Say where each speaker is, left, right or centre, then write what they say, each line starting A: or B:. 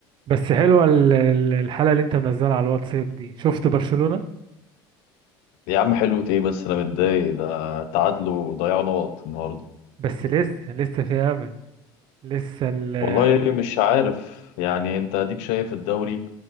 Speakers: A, on the right; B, on the left.
A: بس حلوة ال- ال- الحلقة اللي انت منزلها على الواتساب دي شفت برشلونة
B: يا عم حلو ايه بس انا متضايق ده تعادلوا وضيعوا نقط النهارده
A: بس لسه لسه في امل لسه ال-
B: والله مش عارف يعني انت اديك شايف الدوري